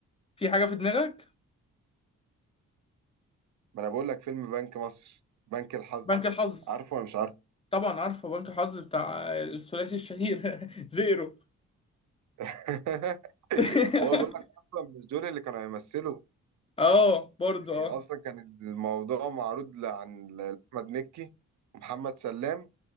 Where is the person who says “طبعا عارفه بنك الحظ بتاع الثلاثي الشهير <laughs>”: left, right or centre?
Left